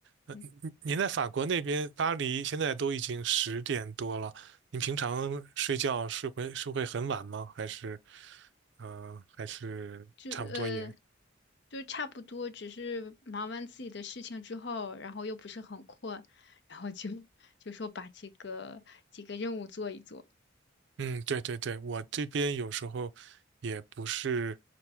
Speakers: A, on the right; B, on the left.
A: 呃，
B: 嗯，
A: 您您在法国那边，巴黎现在都已经十点多了，您平常睡觉是会是会很晚吗？还是，嗯，还是差不多也？
B: 就呃就差不多，只是忙完自己的事情之后，然后又不是很困，然后就 <laughs> 就说把这个几个任务做一做。
A: 嗯，对对对，我这边有时候也不是